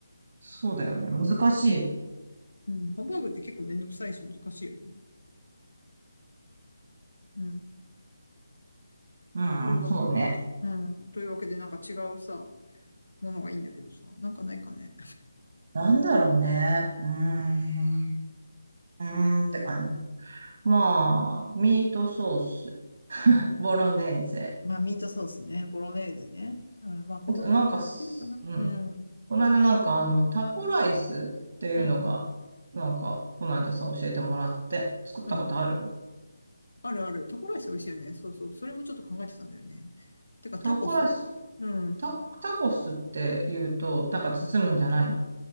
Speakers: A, on the right; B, on the left.
A: そうだよね。難しいよね。
B: うん、ハンバーグって結構めんどくさいし難しいよね。うん。
A: うん、
B: というわ、
A: そうね。
B: うん、というわけで、なんか違うさ、ものがいいんだけどさ、なんかないかね。
A: なんだろうね。うーん。うーんって感じ。まあ、ミートソース、ボロネーゼ。
B: まあ、ミートソースね、ボロネーゼね。あ、まあ、子供、
A: あと、なんかす、
B: いるかな。
A: うん。
B: うん。
A: この間なんかあの、タコライスっていうのが、
B: うんうん。
A: なんか、この間さ、教えてもらって、作ったことある
B: うん。あるある。タコライス美味しいよね。そうそう。それもちょっと考えてたんだよね。てか、タコスうん。
A: タコライスタコ、タコスって言うと、なんか包むんじゃないの